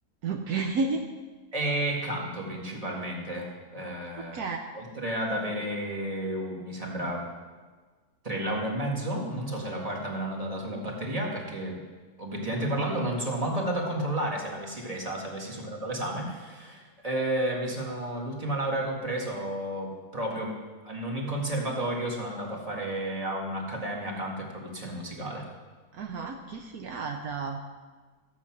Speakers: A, on the right; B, on the right.
A: Ok. <laughs>
B: E canto principalmente, eh,
A: Ok.
B: oltre ad avere, uh, mi sembra, tre lauree e mezzo, non so se la quarta me l'hanno data sulla batteria, perché obiettivamente parlando non sono manco andato a controllare se l'avessi presa, se avessi superato l'esame. Eh, mi sono, l'ultima laurea che ho preso, proprio non in conservatorio, sono andato a fare a un'accademia canto e produzione musicale.
A: Ah, che figata.